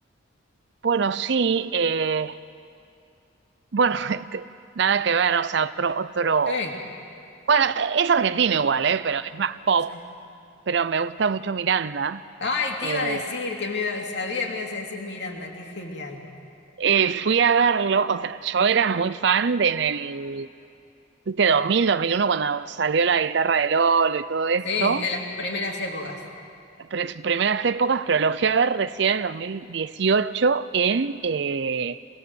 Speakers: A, on the right (about 55°); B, on the left (about 55°).
A: Bueno, sí, eh, bueno, <laughs> este, nada que ver, o sea, otro, otro,
B: Sí,
A: bueno, es argentino igual, eh, pero es más pop,
B: sí.
A: pero me gusta mucho Miranda.
B: Ay, te
A: Eh,
B: iba a decir que me iba, sabía, que me ibas a decir Miranda, qué genial.
A: eh, fui a verlo, o sea, yo era muy fan de en el, viste, dos mil dos mil uno cuando salió la guitarra de Lolo y todo esto,
B: Sí, en las primeras épocas.
A: pero en sus primeras épocas, pero lo fui a ver recién en 2018 en, eh,